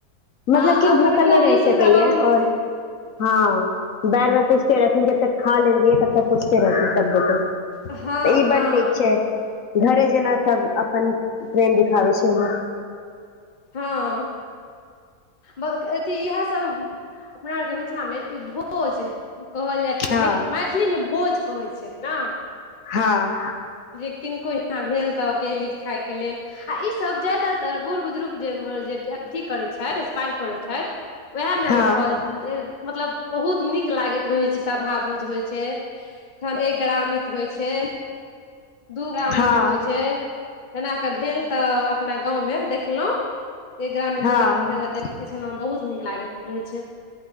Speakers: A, on the left (about 65°); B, on the left (about 40°).
A: मतलब
B: हँ
A: केयो
B: अपना
A: भूखल
B: मिथिलामे
A: नहि रहि
B: ई
A: सकैये
B: सुविधा बड़ नीक
A: और
B: छै
A: हँ बेर बेर पुछते रहती जब तक खा ले रियै तब तक पूछते रहतन सबगोटे तऽ
B: हँ
A: ई
B: हँ
A: बड नीक छै घरे जेना सब अपन प्रेम दिाबे छै हम
B: हँ अ इह अपना आर के मिथिला मे भोज कहल जाइ छै
A: हँ
B: मैथिलीमे भोज कहैत छै ना
A: हँ
B: जे किनको यहाँ भेल तऽ गेली खाायके लेल आ ईसब ज्यादातर बूढ़ बुजुर्ग जे अथी करैत छथि इसपायर करै छथि वएहमें
A: हँ
B: बहुत मतलब बहुत नीक लागैत रहै छै सभा भोज होइ छै न एक ग्रामित होइ छै दूगामित
A: हँ
B: होइ छै जेना कऽ भेल तऽ अपना गाँवमे देखलहुं एक ग्राम मे
A: हँ
B: दू ग्रामी भेल तऽ देखे छलहुं बहुत नीक लागैत रहै छै